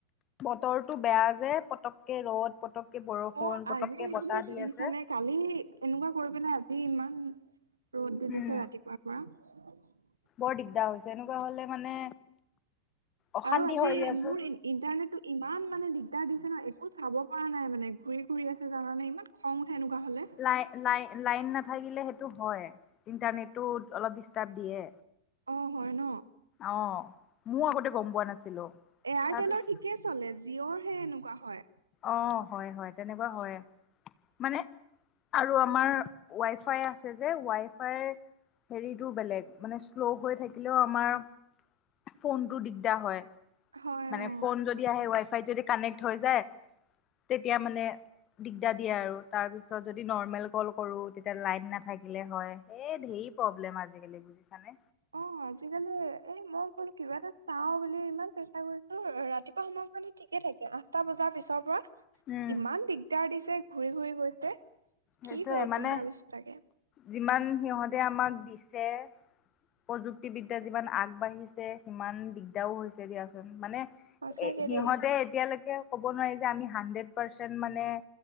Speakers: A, on the left (about 30°); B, on the right (about 75°).
A: তৰটো বেয়া যে পটককে ৰ'দ পতককে বৰষুণ
B: অ
A: পতককে
B: আজি ৰ'দ
A: বতাহ
B: দিছে
A: দি
B: দেখিছানে?
A: আছে
B: কালি এনেকুৱা কৰি পেলাই ইমান ৰ'দ দি
A: উম
B: দিছে ৰাতিপুৱাৰ পৰা। উ <unintelligible>
A: বৰ দিগদাৰ হৈছে, তেনেকুৱা হ'লে মানে অশান্তি
B: আৰু আজি
A: হয় দিয়াচোন
B: মোৰ ইন ইণ্টাৰনেটটো ইমান ইমানে দিগদাৰ দিছে ন একো চাব পৰা নাই মানে, ঘূৰি ঘূৰি আছে জানানে ইমান খং সেনেকুৱা হ'লে
A: লাই লাই লাইন নাথাকিলে সেইটো হয়, ইণ্টাৰনেটটো অলপ ডিষ্টাৰ্ব দিয়ে।
B: অ হয় ন
A: অ' ময়ো আগতে গম পোৱা নাছিলো।
B: এয়াৰটেলৰ
A: তাৰপিছ
B: ঠিকেই চলে জিঅ'ৰ হে এনেকুৱা হয়।
A: অ' হয়- হয় তেনেকুৱা হয় মানে, আৰু আমাৰ ৱাইফাই আছে যে ৱাই ফাইৰ হেৰিটো বেলেগ মানে শ্ল' হৈ থাকিলেও আমাৰ ফোনটো দিগদাৰ হয়।
B: হয়
A: মানে
B: অ
A: ফোন যদি আহে ৱাই যদি কানেক্ট হৈ যায়, তেতিয়া মানে দিগদাৰ দিয়ে আৰু তাৰপিছত যদি নৰ্মেল কল কৰো, তেতিয়া লাইন নাথাকিলে হয় সেই ধেৰ প্ৰব্লেম আজিকালি বুজিছানে।
B: অ' আজিকালি এ মই বোলো কিবা এটা চাও বুলি ইমান চেষ্টা কৰিছো ৰাতিপুৱা সময় কাৰণি ঠিকে থাকে আঠটা বজাৰ পিছৰ পৰা
A: উম
B: ইমান দিগদাৰ দিছে। ঘূৰি -ঘূৰি গৈছে।
A: সেইটোয়ে
B: কি হ'ল বুলি
A: মানে
B: ভাবিছো তাকে
A: যিমান সিহঁতে আমাক দিছে প্ৰযুক্তিবিদ্যা যিমান আগবাঢ়িছে, সিমান দিগদাৰও হৈছে দিয়াচোন মানে
B: সঁচাকে
A: এ, সিহঁতে
B: দেই
A: এতিয়ালৈকে। ক'ব নোৱাৰি যে আমি হাণ্ড্ৰেট পাৰ্চেন মানে